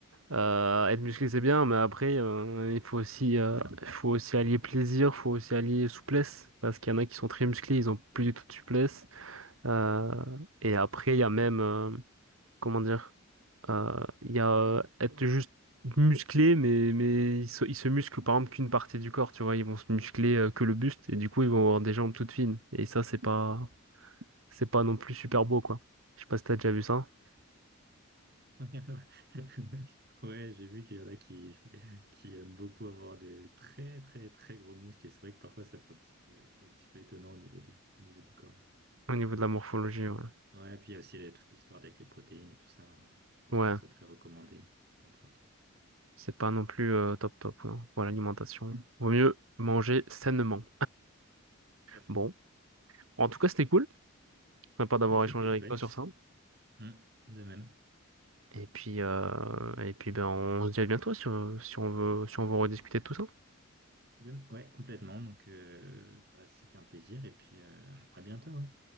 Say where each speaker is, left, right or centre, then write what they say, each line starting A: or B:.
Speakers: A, on the right; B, on the right.
A: euh, être musclé c'est bien, mais après euh, il faut aussi, euh, il faut aussi allier plaisir, faut aussi allier souplesse. Parce qu'il y en a qui sont très musclés, ils ont plus du tout de souplesse. Euh, et après, il y a même, euh, comment dire? Euh, Il y a euh, être juste musclé, mais, mais ils se, ils se musclent par exemple qu'une partie du corps, tu vois. Ils vont se muscler euh, que le buste et du coup, ils vont avoir des jambes toutes fines. Et ça, c'est pas, c'est pas non plus super beau, quoi. Je sais pas si t'as déjà vu ça
B: <laughs> Ouais, j'ai vu qu'il y en a qui, qui aiment beaucoup avoir des très, très, très gros muscles. Et c'est vrai que parfois, ça fait un petit peu, un petit peu étonnant au niveau du, au niveau du corps.
A: au niveau de la morphologie,
B: Donc, euh,
A: ouais.
B: ouais, et puis il y a aussi les- toute l'histoire avec les protéines et tout ça. Je pense
A: Ouais,
B: pas que ce soit très recommandé d'en prendre trop.
A: c'est pas non plus euh, top top, quoi. Pour l'alimentation, vaut mieux manger sainement.
B: Tout à fait.
A: Bon, en tout cas, c'était cool. Sympa d'avoir
B: Ouais, c'était
A: échangé
B: chouette.
A: avec toi sur ça.
B: Hmm, de même.
A: Et puis, euh, et puis ben, on se dit à bientôt si on, si on veut, si on veut rediscuter de tout ça.
B: De- Ouais, complètement. Donc, euh, bah, c'était un plaisir et puis euh, à bientôt, ouais.